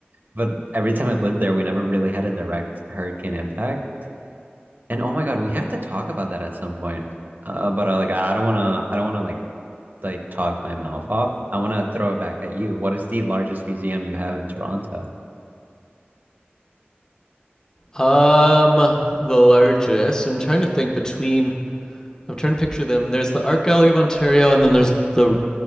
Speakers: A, on the right; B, on the left.
A: But every time I've lived there, we never really had a direct hurricane impact. And oh my God, we have to talk about that at some point. Uh, but I like I don't want to I don't want to like like talk my mouth off. I want to throw it back at you. What is the largest museum you have in Toronto?
B: Um, the largest. I'm trying to think between I'm trying to picture them. There's the Art Gallery of Ontario, and then there's the